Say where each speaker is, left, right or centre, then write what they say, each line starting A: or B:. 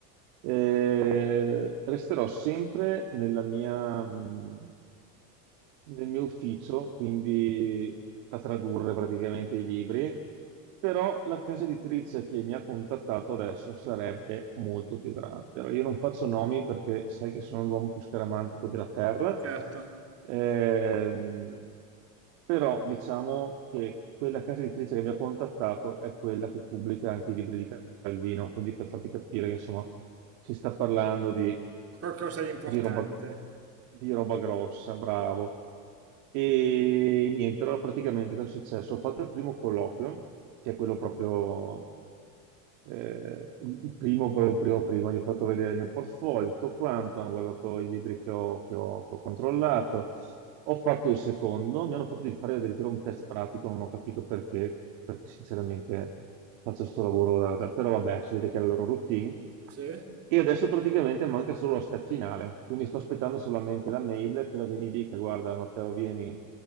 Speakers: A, on the right (about 70°); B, on the right (about 35°).
A: eh, resterò sempre nella mia, mh, nel mio ufficio, quindi a tradurre praticamente i libri, però la casa editrice che mi ha contattato adesso sarebbe molto più grande. Allora, io non faccio nomi perché sai che sono l'uomo più scaramantico della terra,
B: Certo,
A: ehm, però diciamo che quella casa editrice che mi ha contattato è quella che pubblica anche i libri di Calvino, quindi per farti capire che insomma si sta parlando di
B: qualcosa di importante.
A: di roba, di roba grossa, bravo. E niente, allora praticamente cosa è successo? Ho fatto il primo colloquio, che è quello proprio, eh, il il primo, proprio primo, primo, gli ho fatto vedere il mio portfolio, tutto quanto, hanno guardato i libri che ho, che ho- che ho controllato. Ho fatto il secondo, mi hanno fatto di fare addirittura un test pratico, non ho capito perché, perché sinceramente faccio questo lavoro, da- da- però vabbè, si vede che è la loro routine.
B: Sì?
A: E adesso praticamente manca solo la step finale, quindi sto aspettando solamente la mail, quella che mi dica, guarda Matteo, vieni